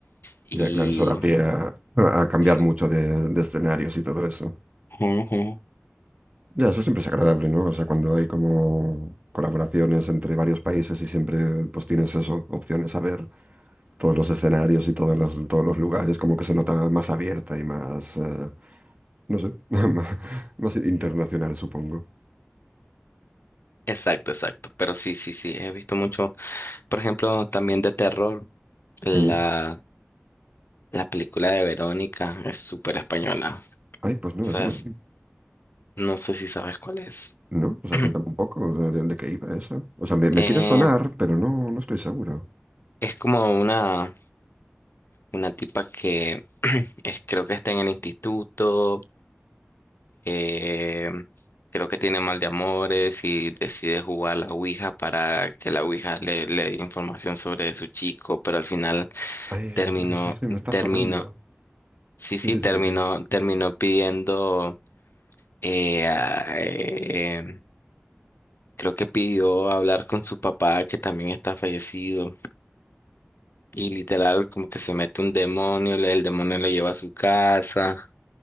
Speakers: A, on the left; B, on the right.
A: y...
B: Ya, claro, eso da pie a, a cambiar
A: Sí.
B: mucho de, de escenarios y todo eso.
A: Ujú.
B: Ya, eso siempre es agradable, ¿no? O sea, cuando hay como colaboraciones entre varios países y siempre pues tienes eso, opciones a ver todos los escenarios y todos los, todos los lugares, como que se nota más abierta y más, eh, no sé, <laughs> más, más internacional, supongo.
A: Exacto, exacto. Pero sí, sí, sí, he visto mucho. Por ejemplo, también de terror, la,
B: Mm.
A: la película de Verónica es súper española. O
B: Ay, pues no,
A: sea,
B: eso no.
A: es- no sé si sabes cuál es.
B: ¿No? O sea,
A: <clears throat>
B: cuéntame un poco de, de- de qué iba eso. O sea, me, me
A: Eh,
B: quiere sonar, pero no, no estoy seguro.
A: es como una, una tipa que es, creo que está en el instituto, eh, creo que tiene mal de amores y decide jugar a la Ouija para que la Ouija le, le dé información sobre su chico, pero al final
B: Ay,
A: terminó,
B: vale, sí, sí, me está
A: terminó,
B: sonando.
A: sí, sí,
B: Sí, sí,
A: terminó,
B: sí, sí.
A: terminó pidiendo. Eh, ah, eh, creo que pidió hablar con su papá, que también está fallecido. Y literal, como que se mete un demonio, le- el demonio le lleva a su casa.